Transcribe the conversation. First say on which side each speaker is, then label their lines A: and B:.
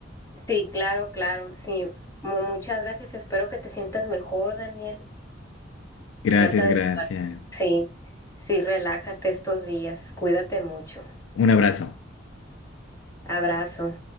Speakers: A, on the left; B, on the left.
A: Sí, claro, claro, sí. Mu- Muchas gracias. Espero que te sientas mejor, Daniel.
B: Gracias,
A: Trata de...
B: gracias.
A: Sí, sí, relájate estos días. Cuídate mucho.
B: Un abrazo.
A: Abrazo.